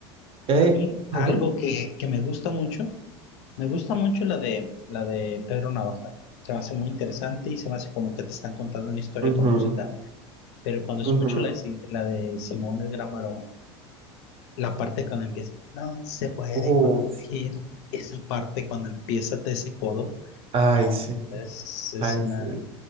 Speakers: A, on the right; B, on the left.
A: ¿Eh?
B: y a mí
A: <laughs>
B: algo que, que me gusta mucho, me gusta mucho la de, la de Pedro Navaja. Se me hace muy interesante y se me hace como que te están contando una historia
A: Ujú.
B: con música. Pero cuando
A: Ujú.
B: escucho la, de Si- la de Simón el Gran Varón, La parte cuando empieza, no se puede
A: Uf,
B: corregir. Esa parte cuando empieza todo ese coro,
A: ay,
B: no,
A: sí,
B: es, es
A: ay,
B: una,
A: sí.